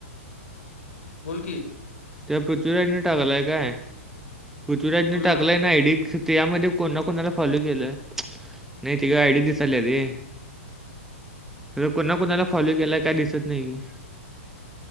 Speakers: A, on the left; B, in the centre.
A: बोल की,
B: त्या पृथ्वीराजने टाकलाय काय, पृथ्वीराजने
A: तुला
B: टाकलाय ना आय डी खरं त्यामध्ये कोणा कोणाला फॉलो केलं, नाही त का आयड
A: हं,
B: दिसाल
A: हं.
B: रे. खर कोणा कोणाला फॉलो केलाय काय दिसत नाही की,